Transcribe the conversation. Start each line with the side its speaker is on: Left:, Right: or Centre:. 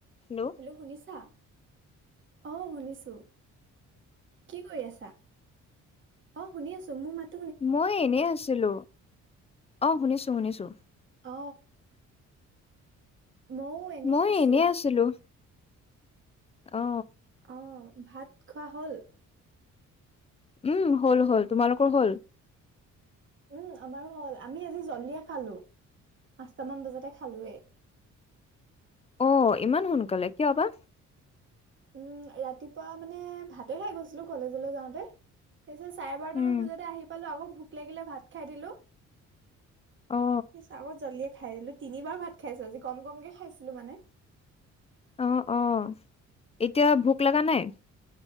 Left: Hello,
Right: শুনিছা? অ, শুনিছোঁ। কি কৰি আছা? অ, শুনি আছোঁ মোৰ মাত
Left: মই এনেই আছিলোঁ। অ, শুনিছোঁ, শুনিছোঁ।
Right: অ, মইও
Left: মই
Right: আছো।
Left: এনেই আছিলোঁ। অ,
Right: অ, ভাত খোৱা হ'ল?
Left: উম হ'ল, হ'ল। তোমালোকৰ হ'ল?
Right: উম, আমাৰো হ'ল। আমি, আজি জল্দিয়ে খালোঁ, পাঁচটামান বজাতে খালোয়ে।
Left: অ, ইমান সোনকালে, কিয় বা?
Right: উম, ৰাতিপুৱা মানে ভাতে খাই গৈছিলোঁ, কলেজলৈ যাওঁতে। পিছে চাৰে বাৰটামান
Left: উম
Right: বজাতে আহি পালোঁ। আকৌ ভোক লাগিলে ভাত খাই দিলোঁ।
Left: অ
Right: পিছে আগত জল্দিয়ে খাই দিলোঁ। তিনিবাৰ ভাত খাইছো আজি, কম কমকে খাইছিলো মানে।
Left: অ, অ, এতিয়া ভোক লগা নাই?